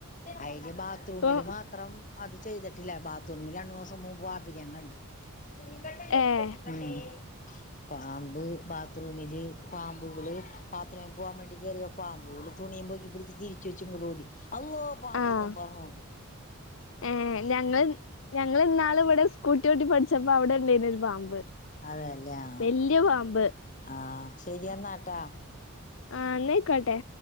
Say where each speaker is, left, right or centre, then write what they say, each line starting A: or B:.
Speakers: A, on the left (about 35°); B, on the left (about 60°).
A: ആയി ബാത്റൂമില്
B: ഇപ്പൊ
A: മാത്രം അത് ചെയ്തിടില്ല ബാത്‌റൂമില് ആണ് ഹോസ് ൂ ബാബര് കണ്ട് <unintelligible>
B: ഏഹ്
A: പാമ്പ് ബാത്റൂമില് പാമ്പുകള്ബാത്ത് തറൂമിൽ പോൻ വേണ്ടി കയറിയ പാമ്പുകള് തുണിയ പൊക്കി പിടിച്ച് തിരിച്ച് വെച്ച് ഇങ്ങോട്ട ഓടി അള്ളോ പാമ്പന്നും
B: ആഹ്
A: പറഞ്ഞോണ്ട്
B: ഏഹ് ഞങ്ങൾ ഞങ്ങളിന്നാള് ഇവിടെ സ്കൂട്ടി ഓട്ടി പഠിച്ചപ്പപ്പോ അവിടെ ഉള്ളേനരു പാമ്പ്
A: അതല്ലേ ആ
B: വല്യ പാമ്പ്
A: ആഹ ശരിയെന്നാട്ടാ
B: ആന്ന് ക്കട്ടെ